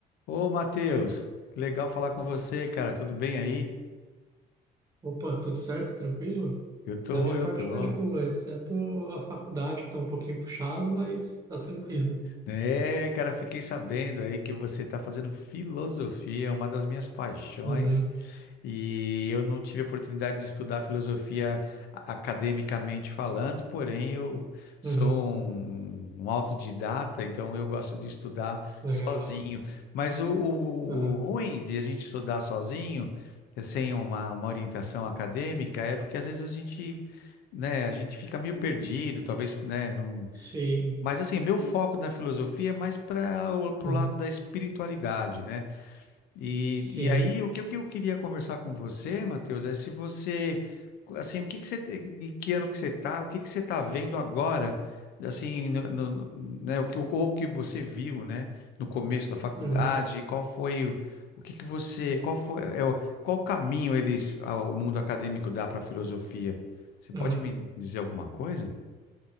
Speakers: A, on the left; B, on the right.
A: Ô, Matheus, que legal falar com você, cara. Tudo bem aí?
B: Opa, tudo certo? Tranquilo?
A: Eu tô,
B: Da minha
A: eu
B: parte
A: tô.
B: tá de boa, exceto a faculdade que tá um pouquinho puxado, mas tá tranquilo.
A: É, cara, fiquei sabendo aí que você tá fazendo filosofia, uma das minhas paixões.
B: Uhum,
A: E eu não tive a oportunidade de estudar filosofia a- academicamente falando, porém eu sou
B: uhum,
A: um, um autodidata, então eu gosto de estudar
B: legal.
A: sozinho. Mas o, o-
B: Uhum,
A: o ruim de a gente estudar sozinho, eh, sem uma, uma orientação acadêmica, é porque às vezes a gente, né, a gente fica meio perdido, talvez, né, não...
B: sim,
A: Mas assim, meu foco na filosofia é mais para o pro
B: uhum,
A: lado da espiritualidade, né? E,
B: sim,
A: e aí, o que, o que eu queria conversar com você, Matheus, é se você, assim, o que que você, te- em que ano que você tá, o que que você tá vendo agora, assim, no, no- no- né, o que, ou o que você viu, né, no começo da faculdade,
B: uhum,
A: qual foi, o, o que que você, qual foi, é, é o- qual caminho eles, a- o mundo acadêmico dá para a filosofia? Você
B: uhum,
A: pode me dizer alguma coisa?